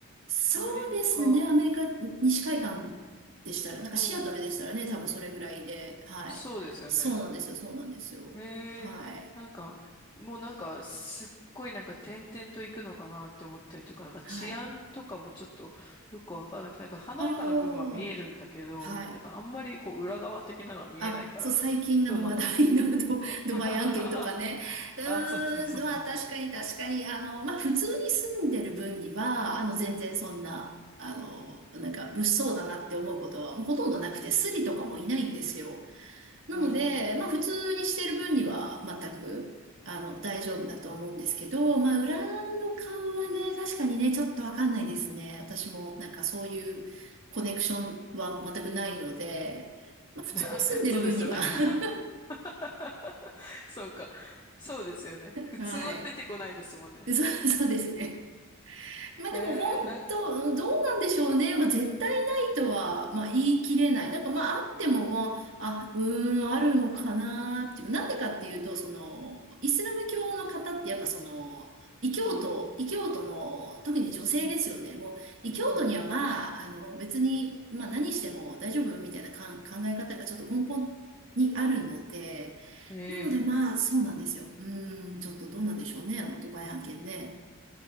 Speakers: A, on the right; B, on the left.
A: そうですね。
B: アメリカ、
A: アメリカ西海岸でしたら、なんかシアトルでしたらね、
B: うん。
A: 多分それぐらいで、はい。
B: そうですよね。
A: そうなんですよ。そうなんですよ。
B: へえ、
A: はい。
B: なんか、もうなんか、すっごいなんか点々と行くのかなって思ったりとか、なんか治安とかもちょっとよくわからなくて、
A: はい。
B: なんか華やかな部分は見えるんだけど、
A: ああ、はい。
B: なんかあんまりこう裏側的なのは見えないから、
A: あ、そう、最近なの話題のド、
B: どうなんだろうみたい
A: <laughs> ドバイ案件とかね。
B: な。<laughs>
A: うーん、
B: あ、そうそうそうそう。
A: まあ確かに確かに、あの、まあ普通に住んでる分には、あの全然そんな、あの、なんか物騒だなって思うことはもうほとんどなくて、スリとかもいないんですよ。なので、
B: うーん、
A: まあ普通にしてる分には全く、あの、大丈夫だと思うんですけど、
B: うん。
A: まあ裏の顔はね、確かにね、ちょっとわかんないですね。私もなんかそういうコネクションは全くないので、まあ、普通に住んでる分には
B: <laughs> あそうですよね。
A: <laughs>
B: <laughs> そうか。そうですよね。普通は出てこないですもんね。
A: はい。そう、そうですね。まあでも本当、
B: へえ、な、
A: うんどうなんでしょうね。まあ絶対ないとは、まあ言い切れない。なんかまああっても、まあ、あ、うーん、あるのかなっていう。なんでかっていうと、その、イスラム教の方ってやっぱその、異教徒、
B: うん、うん、
A: 異教徒の、特に女性ですよね。
B: うん、
A: もう、異教徒にはまあ、
B: うん。
A: あの、別に、まあ何しても大丈夫みたいなかん考え方がちょっと根本にあるので、
B: へえ、
A: なのでまあ、そうなんですよ。うーん、ちょっとどうなんでしょうね、あの、ドバイ案件ね。